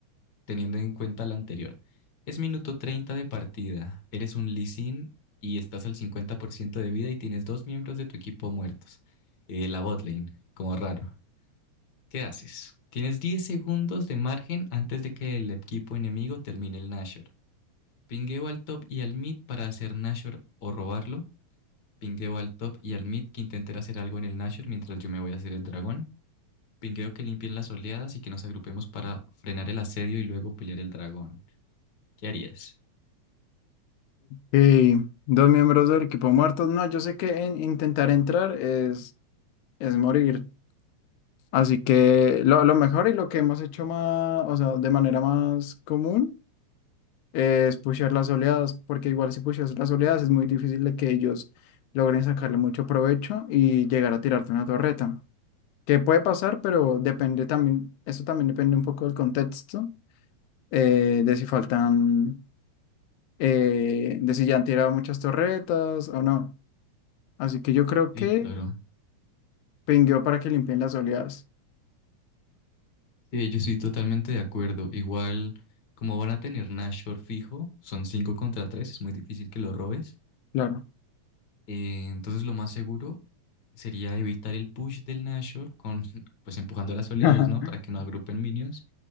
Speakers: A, on the left (about 40°); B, on the left (about 85°).
A: teniendo en cuenta la anterior. Es minuto 30 de partida, eres un lisín y estás al 50% de vida y tienes dos miembros de tu equipo muertos. Eh, la bot lane, como raro. ¿Qué haces? Tienes 10 segundos de margen antes de que el equipo enemigo termine el Nashor. Pingueo al top y al mid para hacer Nashor o robarlo. Pingueo al top y al mid que intenten hacer algo en el Nashor mientras yo me voy a hacer el dragón. Pingueo que limpien las oleadas y que nos agrupemos para frenar el asedio y luego pelear el dragón. ¿Qué harías?
B: y dos miembros del equipo muertos. No, yo sé que en- intentar entrar es, es morir. Así que lo, lo mejor y lo que hemos hecho más, o sea, de manera más común es pushear las oleadas, porque igual si pusheas las oleadas es muy difícil de que ellos logren sacarle mucho provecho y llegar a tirarte una torreta. que puede pasar, pero depende también, eso también depende un poco del contexto, eh, de si faltan, eh, de si ya han tirado muchas torretas o no. Así que yo creo
A: Sí,
B: que
A: claro.
B: pingueó para que limpien las oleadas.
A: Sí, yo estoy totalmente de acuerdo. Igual, como van a tener Nashor fijo, son 5 contra 3, es muy difícil que lo robes.
B: Claro,
A: Eh, entonces lo más seguro sería evitar el push del Nashor con <laughs> pues empujando las oleadas,
B: <laughs>
A: ¿no? Para que no agrupen minions.